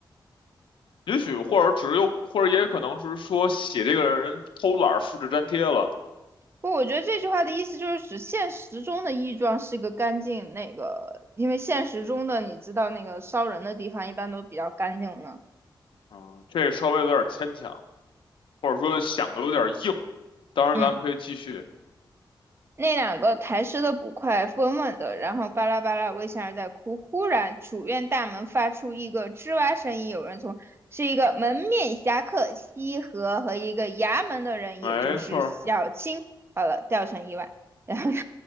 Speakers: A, on the left; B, on the right.
A: 也许或者只有，或者也可能是说写这个人偷懒儿复制粘贴了，
B: 不，我觉得这句话的意思就是指现实中的亦庄是个干净那个，因为现实中的你知道那个烧人的地方一般都比较干净呢。
A: 嗯，这个稍微有点牵强，或者说想的有点硬。当然，
B: 嗯，
A: 咱们可以继续，
B: 那两个抬尸的捕快稳稳的，然后巴拉巴拉微笑着在哭。忽然，主院大门发出一个吱哇声音，有人从是一个门面侠客西河和一个衙门的人，也就是小青。
A: 没错儿
B: 好了，掉成意外。<laughs> 然后呢？